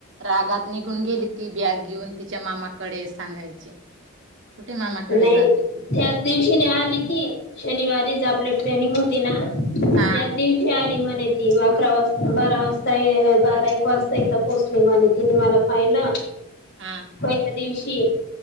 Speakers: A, on the right; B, on the left.
A: रागात निघून गेली, ती बॅग घेऊन तिच्या मामाकडे सांगायचे, कुठे मामाकडे
B: नाही
A: जाते ती,
B: त्याच दिवशी आली ती शनिवारीच आपली ट्रेनिंग होती ना
A: हा
B: त्याच दिवशी आली. म्हणे ती अकरा वा बारा वाजता बारा एक वाजताथ पोहोचली म्ह ति मला पाहि- ना...
A: हा
B: पहिल्या दिवशी